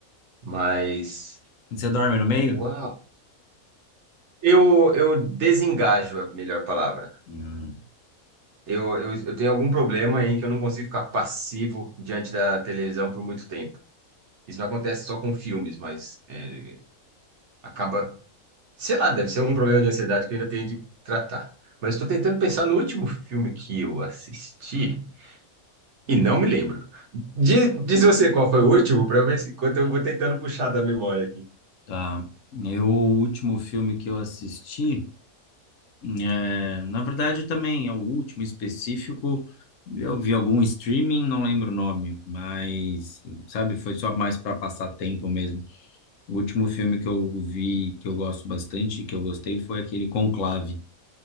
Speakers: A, on the right; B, on the left.
A: mas.
B: Você dorme no meio?
A: Uau! Eu, eu desengajo a melhor palavra.
B: Hum,
A: Eu, eu, eu tenho algum problema em que eu não consigo ficar passivo diante da televisão por muito tempo. Isso não acontece só com filmes, mas é, acaba. Sei lá, deve ser um problema de ansiedade que eu ainda tenho de tratar. Mas estou tentando pensar no último filme que eu assisti. E não me lembro. Diz, diz você qual foi o último, para eu ver se enquanto eu vou tentando puxar da memória aqui.
B: tá. Eu, o último filme que eu assisti, é, na verdade também é o último específico, eu vi algum streaming, não lembro o nome, mas, sabe, foi só mais para passar tempo mesmo. O último filme que eu vi, que eu gosto bastante, que eu gostei, foi aquele Conclave.